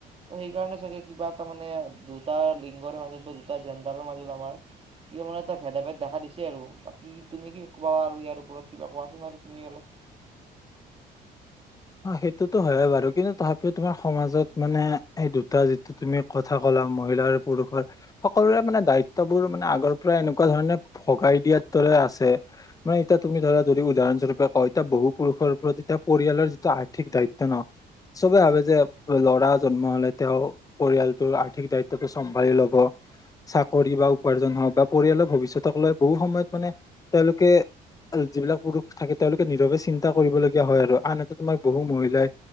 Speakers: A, on the right; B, on the left.
A: ত' সেইকাৰণে চাগে কিবা এটা মানে দুটা লিংগৰ মাজতো, দুটা জেণ্ডাৰৰ মাজত আমাৰ কিয় মানে এটা ভেদাভেদ দেখা দিছে আৰু। বাকী তুমি কি কোৱা আৰু ইয়াৰ ওপৰত কিবা কোৱাচোন আৰু তুমি অলপ।
B: অ', সেইটোতো হয়ে বাৰু কিন্তু তাৰ পিছত তোমাৰ সমাজত মানে এই দুটা যি তুমি কথা ক'লা মহিলা আৰু পুৰুষৰ সকলোৰে মানে দায়িত্ববোৰ মানে আগৰ পৰা এনেকুৱা ধৰণে ভগাই দিয়াৰ দৰে আছে। মানে এতিয়া তুমি ধৰা যদি উদাহৰণ স্বৰূপে কয়, এতিয়া বহু পুৰুষৰ ওপৰত এতিয়া পৰিয়ালৰ আৰ্থিক দায়িত্ব ন, চবে ভাবে যে ল'ৰা জন্ম হ'লে তেওঁ পৰিয়ালটোৰ আৰ্থিক দায়িত্বটো চম্ভালি ল'ব। চাকৰি বা উপাৰ্জন হওঁক বা পৰিয়ালৰ ভৱিষ্যতক লৈ বহু সময়ত মানে তেওঁলোকে আৰু যিবিলাক পুৰুষ থাকে তেওঁলোকে নীৰৱে চিন্তা কৰিবলগীয়া হয় আৰু, আনহতে তোমাৰ বহু মহিলাই